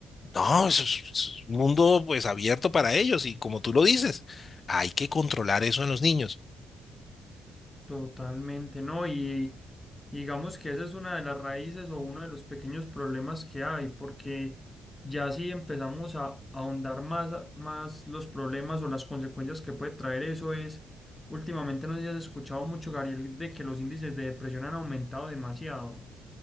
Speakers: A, on the left; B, on the left.
A: no, eso es, es un mundo pues abierto para ellos y como tú lo dices, hay que controlar eso en los niños.
B: Totalmente, ¿no? Y, y digamos que esa es una de las raíces o uno de los pequeños problemas que hay, porque ya si empezamos a, a ahondar más, a- más los problemas o las consecuencias que puede traer eso es, últimamente no sé si has escuchado mucho, Gabriel, de que los índices de depresión han aumentado demasiado.